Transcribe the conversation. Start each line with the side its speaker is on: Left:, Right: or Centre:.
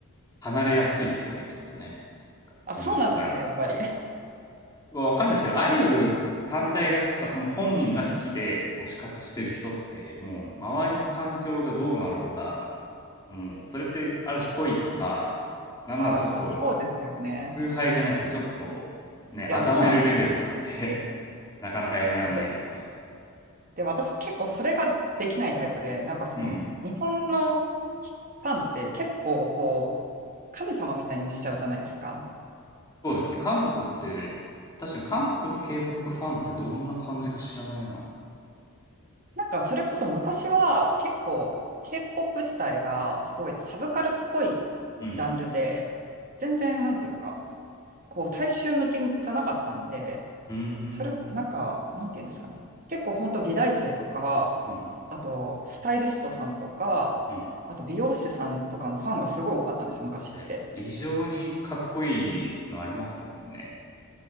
Left: 離れやすいっすよね、きっとね。
Right: あ、
Left: グループから。
Right: そうなんですかね、やっぱり。
Left: わわかんないですけど、アイドル単体が、その本人が好きで推し活してる人って、もう周りの環境がどうなろうが、もうそれってある種恋とか、なんならちょっと
Right: ああ、まあそうですよね。
Left: 崇拝じゃないですけど、ちょっとね、
Right: いや、
Left: 崇めるレベルなんで
Right: そうなんですよ。
Left: <laughs> なかなかやめらんないっていうか。
Right: そうで、で、私結構それができないタイプで、なんかその日本のフ
Left: うんうん。
Right: ァンって結構こう神様みたいにしちゃうじゃないですか。
Left: そうですね。韓国って、確かに韓国の K-POP ファンってどんな感じか知らないな。
Right: なんかそれこそ昔は結構 K-POP 自体がすごいサブカルっぽいジャンルで、
Left: うん
Right: 全然なんていうか、こう大衆向けじゃなかったんで、
Left: うん。うー
Right: それをなんか、
Left: ん。
Right: なんていうんですかね。結構本当美大生とか、
Left: うん
Right: あとスタイリストさんとか、
Left: うん。うん。
Right: あと美容師さんとかのファンがすごい多かったんですよ、昔って。
Left: え、異常にかっこいいのありますもんね。